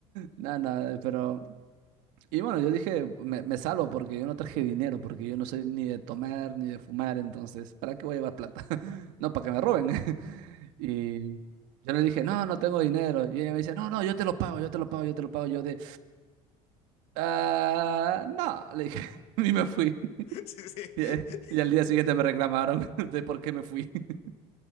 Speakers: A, on the right; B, on the left.
A: Nada, nada, pero... Y bueno, yo dije, me, me salvo porque yo no traje dinero, porque yo no soy ni de tomar ni de fumar, entonces, ¿para qué voy a llevar plata? <laughs> No, para que me roben. <laughs> Y yo le dije, no, no tengo dinero. Y ella me dice, no, no, yo te lo pago, yo te lo pago, yo te lo pago. Yo de, ah, no, le dije, <laughs> y me fui. <laughs>
B: <laughs> Sí, sí.
A: Y, eh, y al día siguiente me reclamaron <laughs> de por qué me fui. <laughs>